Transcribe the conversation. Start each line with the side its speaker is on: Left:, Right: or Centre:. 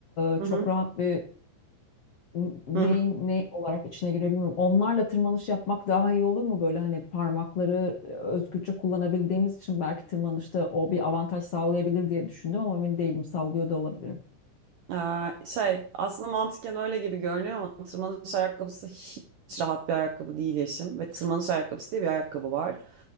Left: e,
Right: Hı
Left: çok
Right: hı.
Left: rahat bir n- neyin
Right: Hı hı.
Left: ne olarak içine giriyor bilmiyorum. Onlarla tırmanış yapmak daha iyi olur mu? Böyle hani parmakları e, özgürce kullanabildiğimiz için belki tırmanışta o bir avantaj sağlayabilir diye düşündüm ama emin değilim. Sallıyor da olabilirim.
Right: Ee, şey aslında mantıken öyle gibi görünüyor ama tırmanış ayakkabısı hiç rahat bir ayakkabı değil Yeşim. Ve tırmanış ayakkabısı diye bir ayakkabı var.